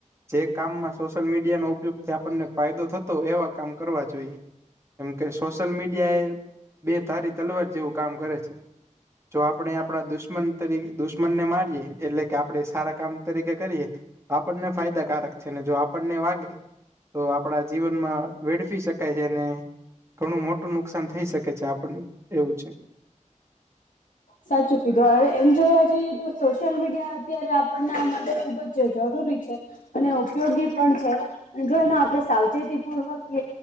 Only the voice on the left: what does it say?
સાચું કીધું હવે એમ જોવા જઈએ તો સોશયલ મીડિયા અત્યારે આપણને આ માટે ખુબ જ જરૂરી છે. અને ઉપયોગી પણ છે. જો એને આપડણે સાવચેતી પૂર્વક